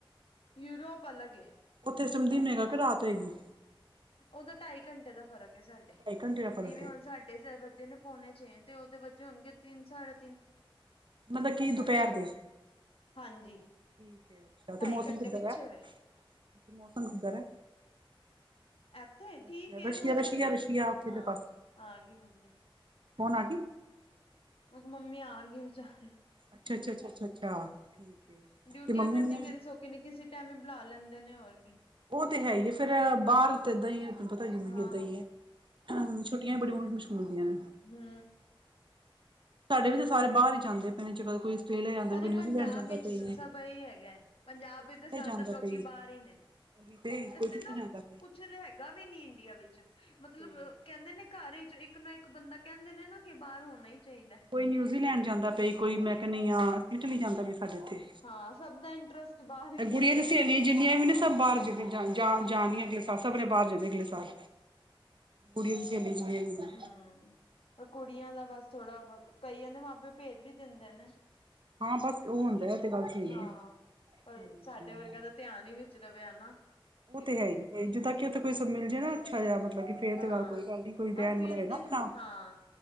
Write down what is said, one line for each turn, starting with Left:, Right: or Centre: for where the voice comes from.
Left: ਯੂਰੋਪ ਅਲੱਗ ਏ।
Right: ਓਥੇ ਏਸ ਟੈਮ ਦਿਨ ਹੋਏਗਾ, ਕੇ ਰਾਤ ਹੋਏਗੀ?
Left: ਓਦਾ ਟਾਈ ਘੰਟੇ ਦਾ ਫ਼ਰਕ ਏ ਸਾਡੇ,
Right: ਢਾਈ ਘੰਟੇ ਦਾ ਫ਼ਰਕ
Left: ਜਿਵੇਂ
Right: ਏ
Left: ਹੁਣ ਸਾਡੇ ਵਜੇ ਨੇ ਪੋਣੇ ਛੇਂ, ਤੇ ਓਦੇ ਵੱਜੇ ਹੋਨਗੇ ਤਿੰਨ, ਸਾਡੇ ਤਿੰਨ।
Right: ਮਤਲਵ ਕੀ ਦੁਪੈਹਰ
Left: ਐਵੇਂ
Right: ਦੇ,
Left: ਹਾਂਜੀ
Right: ਠੀਕ ਏ ਅੱਛਾ, ਤੇ
Left: ਢਾਈ
Right: ਮੌਸਮ
Left: ਘੰਟੇ
Right: ਕਿੱਦਾਂ
Left: ਪਿੱਛੇ
Right: ਦੈ? ਓਥੇ
Left: ਵੇ
Right: ਮੌਸਮ ਕਿੱਦਾ ਦੈ?
Left: ਇੱਥੇ
Right: ਰਸੀ਼ਆ,
Left: ਠੀਕ ਹੈ
Right: ਰਸ਼ੀਆ,
Left: ਮੌਸਮ
Right: ਰਸ਼ੀਆ, ਰਸ਼ੀਆ ਓਥੇ
Left: ਹਾਂ
Right: ਅਲੇ ਪਾਸੇ,
Left: ਆ ਗਈ ਮੰਮੀ
Right: ਕੋਨ ਆਗੀ?
Left: ਮੈਂ ਕੇ ਮੰਮੀ ਆ ਗੀ ਵਚਾਰੀ।
Right: ਅੱਛਾ, ਅੱਛਾ, ਅੱਛਾ, ਅੱਛਾ, ਅੱਛਾ ਠੀਕ। ਹੈ
Left: ਡਿਊਟੀਆਂ
Right: ਤੇ ਮੰਮੀ
Left: ਕਰਨੀਆਂ
Right: ਨੇ
Left: ਕਿਹੜੀਆਂ ਸੌਖੇ ਨੇ ਕਿਸੇ ਟਾਈਮ ਵੀ ਬੁਲਾ ਲੈਂਦੇ ਨੇ, ਹੋਰ ਕੀ।
Right: ਉਹ ਤੇ ਹੈ ਹੀ ਹੈ ਫੇਰ ਬਾਹਰ ਤੇ ਏਦਾਂ ਹੀ, ਤੈਨੂੰ ਪਤਾ ਜ਼ਿੰਦਗੀ
Left: ਹਾਂ
Right: ਏਦਾਂ ਹੀ ਹੈ ਹਾਂ। ਛੁੱਟੀਆਂ ਵੀ ਬੜੀ ਮੁਸ਼ਕਿਲ ਹੁੰਦੀਆਂ ਨੇ।
Left: ਹੂੰ।
Right: ਸਾਡੇ ਵੀ ਤਾਂ ਸਾਰੇ ਬਾਹਰ ਹੀ ਜਾਂਦੇ ਪਏ ਨੇ, ਜਦੋਂ ਵੀ ਕੋਈ ਆਸਟ੍ਰੇਲੀਆ ਜਾਂਦਾ
Left: ਅਰੇ
Right: ਕੋਈ ਨਿਊਜ਼ੀਲੈਂਡ
Left: ਪੰਜਾਬ
Right: ਜਾਂਦਾ
Left: ਵਿੱਚ
Right: ਪਈ
Left: ਸਭ
Right: ਹੈਂ,
Left: ਇਹੀ ਹੈਗਾ ਹੈ। ਪੰਜਾਬ
Right: ਕੋਈ
Left: ਵਿੱਚ
Right: ਕਿੱਥੇ
Left: ਤਾਂ ਜ਼ਿਆਦਾਤਰ
Right: ਜਾਂਦਾ
Left: ਲੋਕੀ
Right: ਪਈ
Left: ਬਾਹਰ ਹੀ ਨੇ।
Right: ਉਹੀ। ਤੇ
Left: ਵੈਸੇ
Right: ਕੋਈ ਕਿੱਥੇ
Left: ਨਾ,
Right: ਜਾਂਦਾ ਕੋਈ
Left: ਕੁਛ ਹੈਗਾ ਵੀ ਨਹੀਂ ਇੰਡੀਆ ਵਿੱਚ ਮਤਲਬ
Right: ਤੇ
Left: ਕਹਿੰਦੇ ਨੇ ਘਰ ਵਿੱਚ ਇੱਕ ਨਾ ਇੱਕ ਬੰਦਾ ਕਹਿੰਦੇ ਨੇ ਨਾ, ਕਿ ਬਾਹਰ ਹੋਣਾ ਹੀ ਚਾਹੀਦਾ
Right: ਕੋਈ ਨਿਊਜ਼ੀਲੈਂਡ ਜਾਂਦਾ ਪਈਆਂ ਜੀ, ਕੋਈ ਮੈਂ
Left: ਹਮ
Right: ਕੈਨੀ ਆ ਇਟਲੀ ਜਾਂਦਾ ਪਈਆਂ, ਸਾਡੇ ਇੱਥੇ।
Left: ਹਾਂ ਸਭ ਦਾ ਇੰਟਰਸਟ ਬਾਹਰ ਹੀ
Right: ਇਹ
Left: ਚ
Right: ਗੁੜੀਆਂ
Left: ਹੁਣ ਤੇ
Right: ਦੀ
Left: ਹੋ
Right: ਸਹੇਲੀਆਂ
Left: ਗਿਆ
Right: ਜਿੰਨੀਆਂ ਵੀ ਨੇ ਸਭ ਬਾਹਰ ਜਾ ਜਾ ਜਾ ਨੀਆਂ ਹਾਂ ਸਭ ਨੇ ਬਾਹਰ ਜਾਣਾ ਅਗਲੇ ਸਾਲ, ਗੁੜੀਆਂ ਦੀ ਸਹੇਲੀਆਂ ਜਿੰਨੀ ਵੀ ਨੇ
Left: ਹੂੰ, ਪਰ ਕੁੜੀਆਂ ਦਾ ਬਸ ਥੋੜਾ ਬਹੁਤ, ਕਈਆਂ ਦੇ ਮਾਂ ਪਿਓ ਭੇਜ ਵੀ ਦਿੰਦੇ ਆਂ ਨਾ।
Right: ਹਾਂ ਬਸ ਉਹ ਹੁੰਦਾ ਹੈ, ਇਹ ਤੇ ਗੱਲ ਸਹੀ
Left: ਹਾਂ
Right: ਹੈ।
Left: ਪਰ
Right: ਹਮ
Left: ਸਾਡੇ ਵਰਗਾਂ ਦਾ ਧਿਆਨ ਹੀ ਵਿਚ ਰਵੇ, ਹਨਾ। ਕਿ
Right: ਉਹ ਤੇ
Left: ਬਈ
Right: ਹੈ ਹੀ ਹੈ, ਜਿੱਦਾਂ ਕਿ ਉੱਥੇ ਕੋਈ ਕੁਛ ਮਿਲ ਜਾਏ ਨਾ ਅੱਛਾ ਜਿਹਾ ਮਤਲਬ ਕਿ ਫੇਰ
Left: ਹਾਂ,
Right: ਤੇ ਗੱਲ ਕੋਈ ਗੱਲ ਨੀ ਕੋਈ
Left: ਹਾਂ
Right: ਰਹਿਣ
Left: ਫਿਰ
Right: ਵਾਲਾ ਹੋਏ ਨਾ
Left: ਤੇ
Right: ਆਪਣਾ
Left: ਹਾਂ।